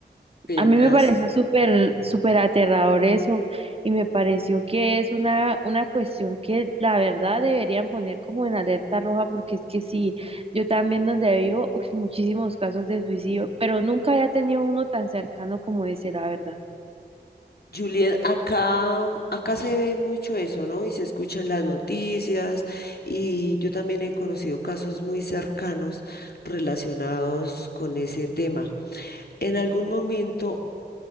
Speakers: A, on the left (about 65°); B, on the right (about 35°).
A: Penas.
B: A mí me pareció súper, súper aterrador eso y me pareció que es una, una cuestión que la verdad deberían poner como en alerta roja porque es que sí, yo también donde vivo, uy, muchísimos casos de suicidio, pero nunca había tenido uno tan cercano como ese, la verdad.
A: Juliet, acá, acá se ve mucho eso, ¿no? Y se escuchan las noticias y yo también he conocido casos muy cercanos relacionados con ese tema. En algún momento